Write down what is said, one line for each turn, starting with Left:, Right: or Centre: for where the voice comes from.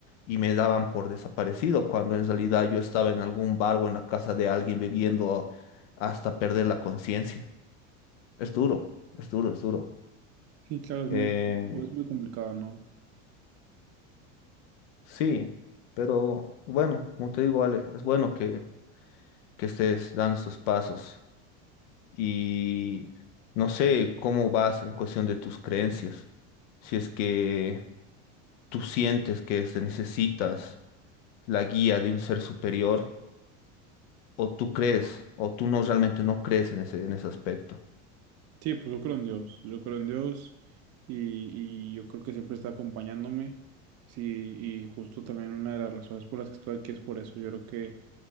Left: y me daban por desaparecido, cuando en realidad yo estaba en algún bar o en la casa de alguien bebiendo hasta perder la conciencia. Es duro, es duro, es duro.
Right: Sí, claro, es
Left: Eh,
Right: muy, pues, muy complicado, ¿no?
Left: Sí, pero bueno, como te digo, Ale, es bueno que, que estés dando esos pasos y no sé cómo vas en cuestión de tus creencias. Si es que tú sientes que te necesitas la guía de un ser superior o tú crees o tú no realmente no crees en ese, en ese aspecto.
Right: Sí, pues yo creo en Dios, yo creo en Dios y, y yo creo que siempre está acompañándome. Sí, y justo también una de las razones por las que estoy aquí es por eso. Yo creo que